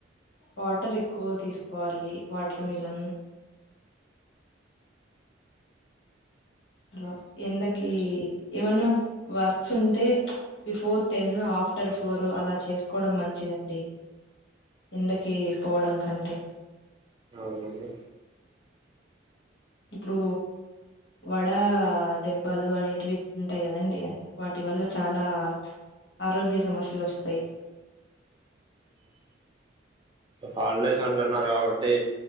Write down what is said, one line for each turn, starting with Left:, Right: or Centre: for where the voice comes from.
Left: వాటర్ ఎక్కువ తీసుకోవాలి వాటర్ మిలన్ అలా ఎండ కి ఏమన్నా వర్క్స్ ఉంటే బిఫోర్ టెన్ ఆఫ్టర్ ఫోరు అలా చేసుకోవడం మంచిదండి ముందుకి పోవడం కంటే
Right: అవునండి
Left: ఇప్పుడు వడ దెబ్బలు అనేటివి ఉంటాయి కదండి వాటి వల్ల చాలా ఆరోగ్య సమస్యలు వస్తాయి
Right: హాలిడేస్ అంటున్నారు కాబట్టి